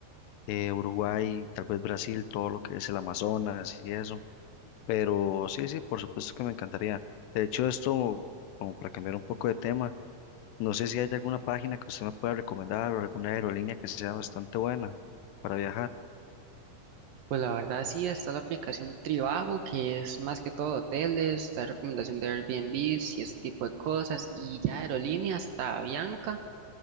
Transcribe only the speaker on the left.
eh, Uruguay, tal vez Brasil, todo lo que es el Amazonas y eso. Pero sí, sí, por supuesto que me encantaría. De hecho, esto, como para cambiar un poco de tema, no sé si hay alguna página que usted me pueda recomendar o alguna aerolínea que sea bastante buena para viajar.